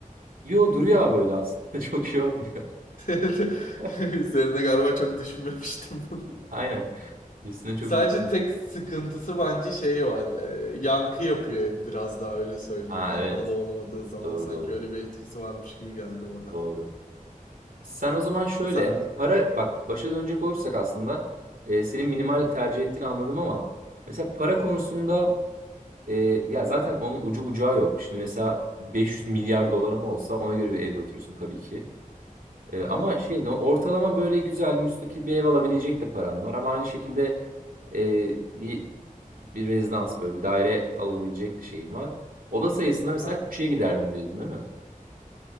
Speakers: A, on the right (about 80°); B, on the left (about 70°).
A: Yo duruyor abi öyle aslında. <laughs> Çok şey olmuyor.
B: <laughs>
A: <laughs>
B: Üzerine galiba çok düşünmemiştim <laughs>
A: Aynen. Üstüne çok
B: Sadece
A: düşünmüyorum.
B: tek sıkıntısı bence şey var. e, yankı yapıyor ev biraz daha öyle söyleyeyim
A: Ha
B: yani.
A: evet.
B: Halı olmadığı zaman
A: Doğru
B: sanki
A: doğru.
B: öyle bir etkisi varmış gibi geldi bana.
A: Doğru. Sen o zaman şöyle
B: Sa
A: yani para bak başa dönecek olursak aslında e, senin minimal
B: Hı hı.
A: tercih ettiğini anladım ama mesela para konusunda e, ya zaten onun ucu bucağı yok. Şimdi mesela 500 milyar doların olsa ona göre bir evde oturursun tabii ki. E,
B: Aha,
A: ama şey no, ortalama böyle güzel müstakil bir ev alabilecek de paran var ama aynı şekilde e, bir bir rezidans böyle bir daire alabilecek de şeyin var. Oda sayısında
B: aha.
A: mesela küçüğe giderdim diyordun değil mi?